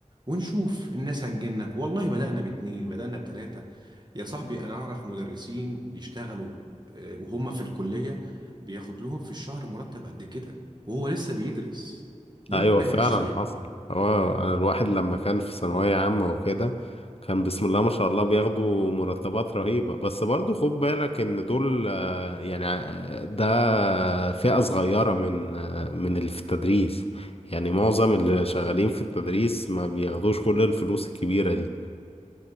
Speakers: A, on the right; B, on the left.
A: ونشوف الناس هتجيلنا والله بدأنا باتنين بدأنا بتلاتة يا صاحبي أنا أعرف مدرسين بيشتغلوا آه، وهم في الكلية بياخد لهم في الشهر مرتب قد كده وهو لسه بيدرس ليه
B: ايوه
A: ما
B: فعلا
A: نعملش زيه
B: حصل هو الواحد لما كان في ثانوية عامة وكده كان بسم الله ما شاء الله بياخدوا مرتبات رهيبة بس برضو خد بالك ان دول يعني ده فئة صغيرة من من اللي في التدريس يعني معظم اللي شغالين في التدريس ما بياخدوش كل الفلوس الكبيرة دي